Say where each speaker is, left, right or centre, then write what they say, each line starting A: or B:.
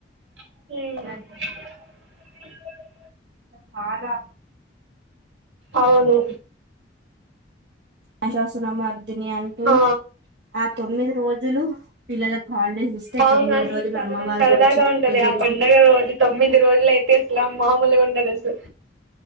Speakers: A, on the right; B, on the right.
A: ఉమ్
B: ఇంకా చాలా
A: అవును.
B: ఆశాసున మర్దిని అంటూ
A: ఆ
B: ఆ తొమ్మిది రోజులు పిల్లలకు హాలిడేస్ ఇస్తే
A: అవును
B: తొమ్మిది
A: అసలు
B: రోజులు
A: సరదా
B: అమ్మవారి
A: సరదాగా
B: గుడి చుట్టూ
A: ఉంటది.
B: తిరిగి
A: ఆ పండుగ రోజు తొమ్మిది రోజులు అయితే అసలు మామూలుగా ఉండదసలు